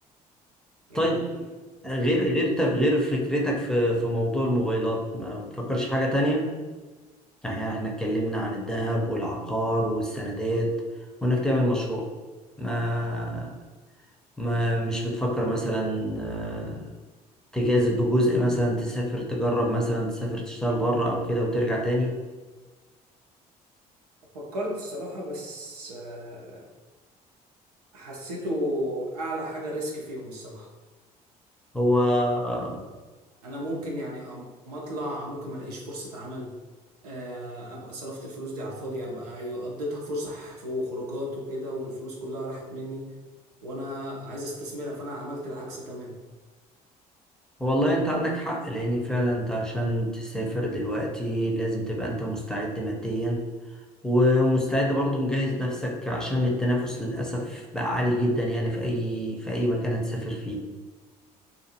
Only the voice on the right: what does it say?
يعني
دي
مم.
فكرت الصراحة بس آه، حسيته أعلى حاجة ريسك فيهم الصراحة
أنا ممكن يعني أم- أما أطلع ممكن ما ألاقيش فرصة عمل آه، أبقى صرفت الفلوس دي على الفاضي أبقى قضيتها فسح وخروجات وكده والفلوس كلها راحت مني وأنا عايز استثمرها فأنا عملت العكس تمام